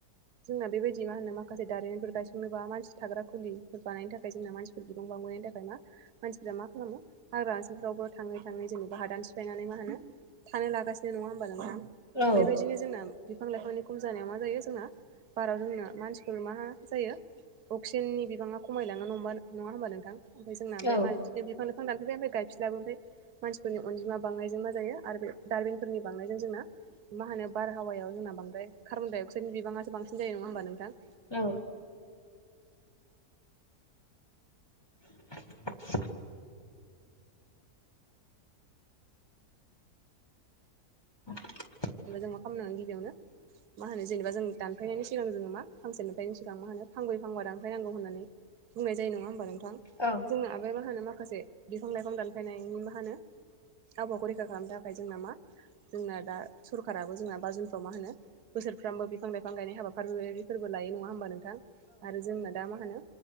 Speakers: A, on the right; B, on the left.
A: जोंना बेबायदि मा होनो माखासे दारिमनफोर गायसंनोबा मानसि थाग्रा खुलिफोर बानायनि थाखाय जोंना मानसि बिबांबां गनि थाखाय मा मानसिफ्रा मा खालामो हाग्रा ओनसोलफ्रावबो थाङै थाङै जेनेबा हादान सिफायनानै मा होनो थानो लागासिनो नङा होमबा नोंथां
B: औ
A: बेबायदिनो जोंना बिफां लाइफांनि खम जानायाव मा जायो जोंना बाराव जोंनो मानसिफोर मा जायो अक्सिजेननि बिबाङा खमायलाङोा नङा होमबा नोंथां ओमफ्राय जोंना
B: औ
A: बे म बि बिफां लाां दानै मफ्राय गायफिलाबोोनमथाय मानसिफोरनि अनजिमा बांनायजों मा जायो आरो बे दार्बिनफोरनि बांनायजों जोंना मा होनो बारहावायाव जोंना बांदाय कार्बन डाइ अक्साइडनि बिबाङासो बांसि ज नङा होमबा नोंथां
B: औ <inaudible> <inaudible>
A: हबा जों मा खालामनांगोन गिबियावनो मा होनो जेनेबा जों दानफानायनि सिगां जोङो मा फांसेनिफ्रायनो सिगां मा होनो फांब्रै फांबा दानफायनांगौ होननानै बुंनाय जायो नङा होमबा नोंथां?
B: औ
A: जोंना आबै मा होनो माखासे बिफां-लाइफां दानफायनायनि माहोनो आबहावाखौ रैखा खालामनो थाखाय जोंना मा जोंना दा सरखाराबो जोंना बा जुनफ्राव मा होनो बोसोरफ्रामबो बिफां लाइफां गायनाय हाबाफारि बेफोरबादि‌ फोरबो लायो नङा होमबा नोंथां? आरो जोंना दा माहोनो